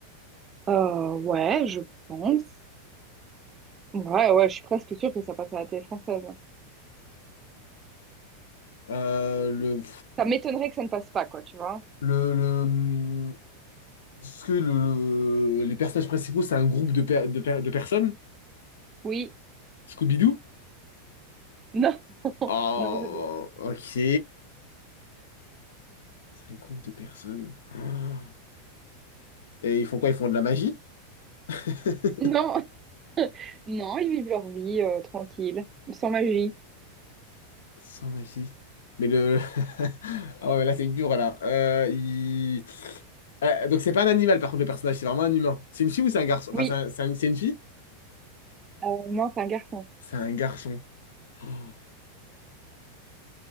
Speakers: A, on the right; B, on the left.
A: Euh, ouais, je pense. Ouais, ouais, je suis presque sûre que ça passe à la télé française.
B: Euh, le...
A: Ça m'étonnerait que ça ne passe pas, quoi, tu vois.
B: Le, le... Est-ce que le... les personnages principaux, c'est un groupe de, per- de, per- de personnes?
A: Oui.
B: Scooby-Doo?
A: Non. <laughs>
B: Oh,
A: Non, c'est pas-
B: ok. Un groupe de personnes. Oh. Et ils font quoi? Ils font de la magie? <laughs>
A: Non. Non, ils vivent leur vie euh, tranquille, sans magie.
B: Sans magie. Mais le. <laughs> Ah ouais, mais là, c'est dur, là. Euh, il- Euh, donc, c'est pas un animal, par contre, le personnage, c'est vraiment un humain. C'est une fille ou c'est un garçon? Enfin,
A: Oui.
B: c'est un- c'est un- c'est une fille?
A: Euh, non, c'est un garçon.
B: C'est un garçon. Oh.